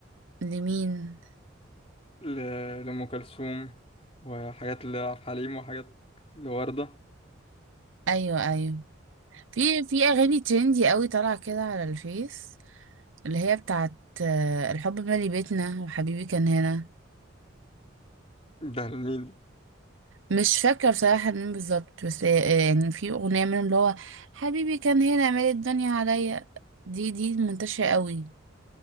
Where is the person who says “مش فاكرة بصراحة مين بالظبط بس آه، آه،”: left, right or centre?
Right